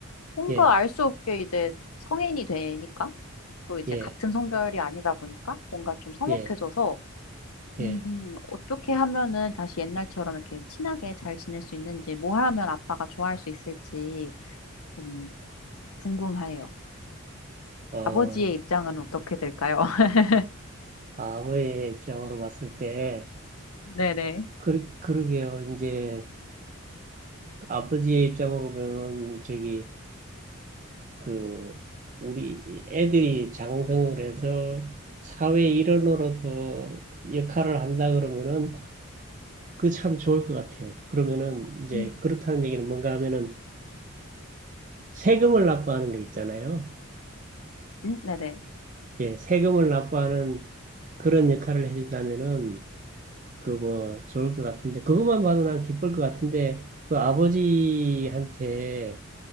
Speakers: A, on the left; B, on the right.
A: 뭔가
B: 예,
A: 알 수 없게 이제 성인이 되니까, 또 이제
B: 예,
A: 같은 성별이 아니다 보니까 뭔가 좀 서먹해져서
B: 예, 예,
A: 음, 어떻게 하면은 다시 옛날처럼 이렇게 친하게 잘 지낼 수 있는지, 뭐 하면 아빠가 좋아할 수 있을지 좀 궁금해요.
B: 어,
A: 아버지의 입장은 어떻게 될까요? <laughs>
B: 아버의 입장으로 봤을 때,
A: 네네.
B: 그, 그러게요. 이제, 아버지의 입장으로 보면, 저기, 그, 우리 애들이 장성을 해서 사회 일원으로서 역할을 한다 그러면은, 그 참 좋을 것 같아요. 그러면은, 이제,
A: 음.
B: 그렇다는 얘기는 뭔가 하면은, 세금을 납부하는 게 있잖아요.
A: 음, 네네.
B: 예, 세금을 납부하는 그런 역할을 해준다면은, 그 뭐 좋을 것 같은데 그것만 봐도 난 기쁠 것 같은데 그 아버지한테